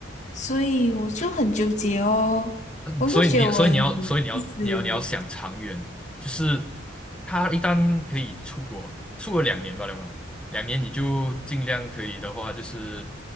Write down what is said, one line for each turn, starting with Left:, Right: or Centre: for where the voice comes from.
Left: 所以我就很纠结哦，我会觉得我很
Centre: 所以你，所以你要，所以你要，
Left: 自私，
Centre: 你要，你要想长远，就是他一旦可以出国，出国两年吧，对吧？两年你就尽量可以的话，就是